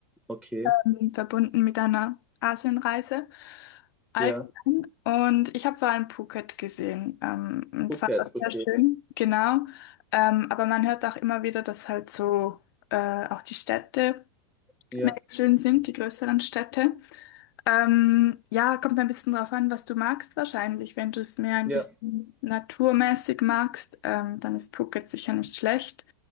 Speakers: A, in the centre; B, on the left (about 60°).
A: okay.
B: ähm, verbunden mit einer Asienreise allgemein.
A: Ja.
B: Und ich habe vor allem Phuket gesehen ähm, und
A: Phuket,
B: fand das
A: okay.
B: sehr schön. Genau. Ähm, aber man hört auch immer wieder, dass halt so äh, auch die Städte
A: Ja,
B: mega schön sind, die größeren Städte. Ähm, ja, kommt ein bisschen drauf an, was du magst wahrscheinlich. Wenn du es mehr ein
A: ja,
B: bisschen naturmäßig magst, ähm, dann ist Phuket sicher nicht schlecht.